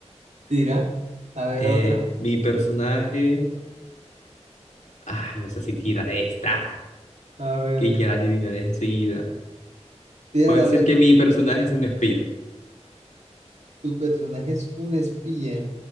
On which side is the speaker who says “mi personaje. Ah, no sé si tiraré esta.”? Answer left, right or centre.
Left